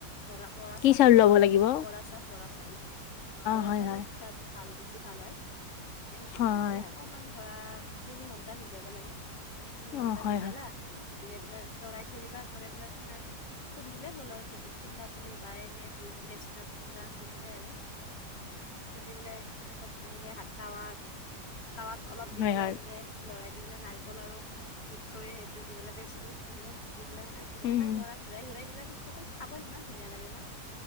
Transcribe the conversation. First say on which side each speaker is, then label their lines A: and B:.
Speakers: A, on the left (about 85°); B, on the left (about 55°).
A: বৰা বৰা
B: কি
A: চাউল বুলি
B: ল'ব
A: কয়
B: লাগিব?
A: বৰা চাউল বৰা চাউল অ বৰা
B: হয়
A: চাউলৰ
B: হয়
A: পিঠাটো ভাল পিছে ভাল হয় মানে সেইটো
B: হয়
A: পিঠাতে অকমান ধৰা তিনি ঘন্টা ভিজাব লাগে মানে তিনি ঘন্টা
B: অ হয়
A: ভিজালা
B: হয়
A: ভিজাই পেলাই তৰাই থৈ দিবা তৰাই পেলাই খুন্দিলে হ'ল আৰু ঢেঁকীত খুন্দা তুমি বাই এনে মেচিনত খুন্দা সেনেকে আৰু খুন্দি পেলাই তাৰপাছত এনেকে তাৱাত, তাৱাত অলপ দি
B: হয়
A: পেলাই
B: হয়
A: এনেকে লৰাই দি পেলাই নাৰিকল আৰু মিঠৈ সেইটো দি পেলাই পেছটু তেনেকে দি পেলাই মানে ধুনীয়াকে
B: উম
A: লৰাই ঘূৰাই ঘূৰাই দিলে পিঠা খাব ইমান ধুনীয়া লাগে ন,